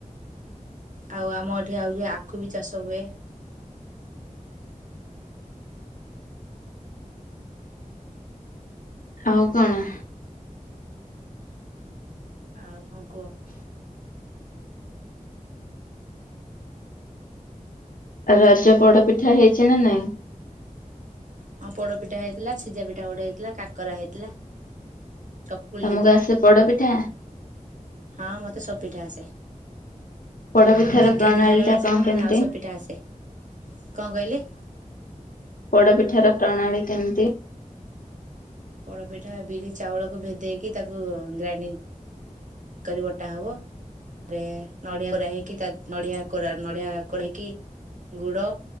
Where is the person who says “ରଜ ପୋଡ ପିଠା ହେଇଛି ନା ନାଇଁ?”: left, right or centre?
Left